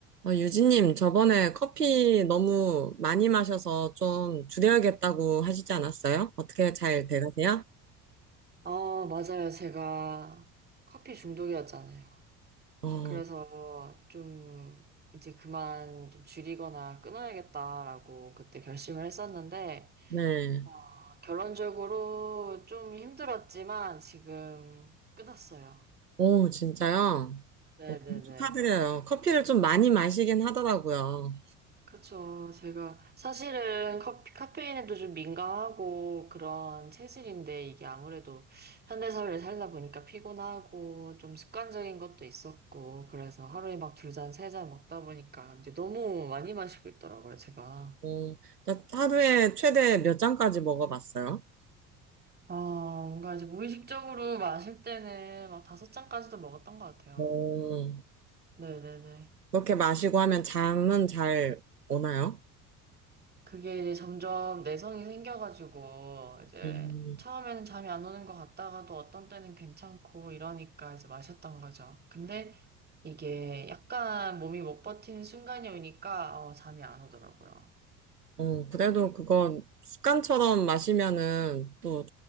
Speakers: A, on the right; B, on the right.
A: 어, 유진님, 저번에 커피 너무 많이 마셔서 좀 줄여야겠다고 하시지 않았어요? 어떻게 잘 돼가세요?
B: 아, 맞아요. 제가 커피 중독이었잖아요.
A: 어,
B: 그래서 좀 이제 그만 좀 줄이거나 끊어야겠다라고 그때 결심을 했었는데,
A: 네.
B: 아, 결론적으로 좀 힘들었지만 지금 끊었어요.
A: 오, 진짜요?
B: 네네네.
A: 어, 축하드려요. 커피를 좀 많이 마시긴 하더라고요.
B: 그쵸. 제가 사실은 커피, 카페인에도 좀 민감하고 그런 체질인데 이게 아무래도 현대사회를 살다 보니까 피곤하고 좀 습관적인 것도 있었고 그래서 하루에 막 두 잔, 세 잔 먹다 보니까 이제 너무 많이 마시고 있더라고요, 제가.
A: 어, 나 하루에 최대 몇 잔까지 먹어봤어요?
B: 아, 뭔가 이제 무의식적으로 마실 때는 막 다섯 잔까지도 먹었던 것 같아요.
A: 어,
B: 네네네.
A: 그렇게 마시고 하면 잠은 잘 오나요?
B: 그게 이제 점점 내성이 생겨가지고, 이제
A: 음.
B: 처음에는 잠이 안 오는 것 같다가도 어떤 때는 괜찮고 이러니까 이제 마셨던 거죠. 근데 이게 약간 몸이 못 버티는 순간이 오니까 어, 잠이 안 오더라고요.
A: 어, 그래도 그건 습관처럼 마시면은 또